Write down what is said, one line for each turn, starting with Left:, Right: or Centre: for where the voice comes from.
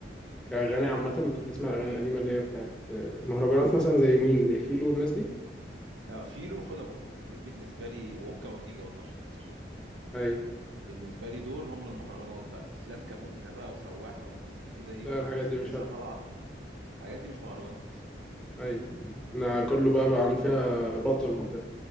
Centre: كأغاني عامة بتحب تسمع الأغاني القديمة اللي هي بتاعت المهرجانات مثلا زي مين زي فيلو والناس دي
Right: آه فيلو وحوده بندق دول بالنسبة لي واوكا اورتيجا برضه عشان ما انساش حد
Centre: أي
Right: بالنسبة لي دول هم المهرجانات بقى اسلام كابونجا بقى وشواحة والناس الجديدة دي
Centre: لا
Right: ولا
Centre: الحاجات
Right: الناس
Centre: دي
Right: اللي
Centre: مش
Right: لسه
Centre: عارف
Right: طالعة الحاجات دي مش مهرجانات اصلا
Centre: أي أنا كله بقى
Right: اسلام
Centre: بقى
Right: كابونجا
Centre: عامل فيها بطل وبتاع